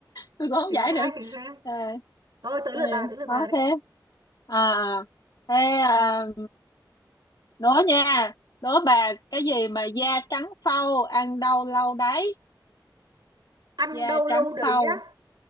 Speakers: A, on the left; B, on the right.
A: tôi cũng không
B: chính
A: giải
B: xác
A: được
B: chính xác
A: ê
B: thôi tới lượt
A: ê
B: bà tới lượt bà
A: khó
B: đây
A: thế à thế à, đố nha đố bà cái gì mà da trắng phau ăn đâu lâu đấy
B: ăn
A: da
B: đâu lâu
A: trắng
B: đấy
A: phau
B: á